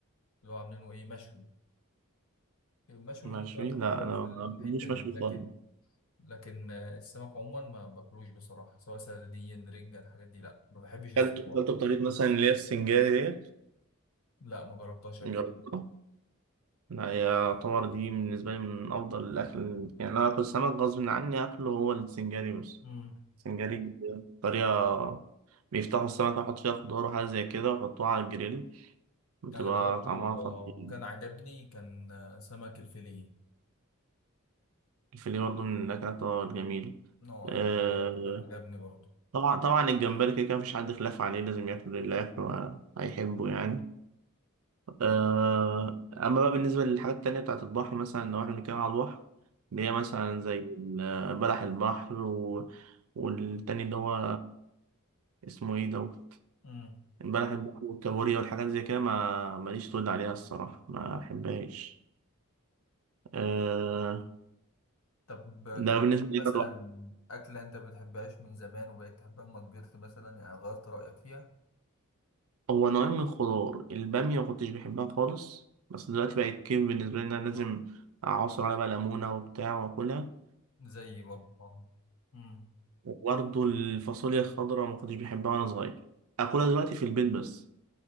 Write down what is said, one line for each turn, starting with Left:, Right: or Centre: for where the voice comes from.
Left: اللي هو عاملينه ايه مشوي المشوي
Right: مشوي
Left: ممكن اتقبله
Right: لا انا
Left: في الحته
Right: ما بحبوش
Left: دي
Right: مشوي
Left: لكن
Right: خالص
Left: لكن آه، السمك عموما ما باكلوش بصراحه سواء سردين رنجه الحاجات دي لا ما بحبش الزفاره
Right: كلته كلته بطريقه مثلا اللي هي السنجاري ديت
Left: لا ما جربتهاش قبل
Right: جربتها
Left: كده
Right: لا هي يعتبر دي بالنسبة لي من أفضل الأكل يعني لو آكل سمك غصب عني آكله هو السنجاري بس
Left: امم
Right: السنجاري طريقة بيفتحوا السمكة ويحط فيها خضار وحاجة زي كده ويحطوها على الجريل بتبقى
Left: انا اللي جربته
Right: طعمها خطير
Left: آه، وكان عجبني كان آه، سمك الفيليه
Right: الفيليه برضه من الأكلات آه، الجميلة
Left: آه،
Right: آه،
Left: أنا ده جربته كان عجبني برضه
Right: طبعا طبعا الجمبري كده كده مفيش حد خلاف عليه لازم ياكله اللي ياكله آه، هيحبه
Left: امم
Right: يعني آه، أما بقى بالنسبة للحاجات التانية بتاعة البحر مثلا لو إحنا بنتكلم على البحر اللي هي مثلا زي ال- بلح البحر و... والتاني اللي هو اسمه إيه دوت
Left: امم
Right: بلح البحر والكابوريا والحاجات زي كده ما ماليش تقول عليها الصراحة ما أحبهاش أه...
Left: طب
Right: ده
Left: كان
Right: بالنسبة لي
Left: مثلا
Right: طبعا
Left: أكلة أنت بتحبهاش من زمان وبقيت تحبها لما كبرت مثلا يعني غيرت رأيك فيها
Right: هو نوعين من الخضار البامية ما كنتش بحبها خالص بس دلوقتي بقت كيف بالنسبة لي إن أنا لازم أعصر عليها بقى ليمونة وبتاع وأكلها
Left: زي برضه آه. مم.
Right: وبرضه الفاصوليا الخضراء ما كنتش بحبها وانا صغير اكلها دلوقتي في البيت بس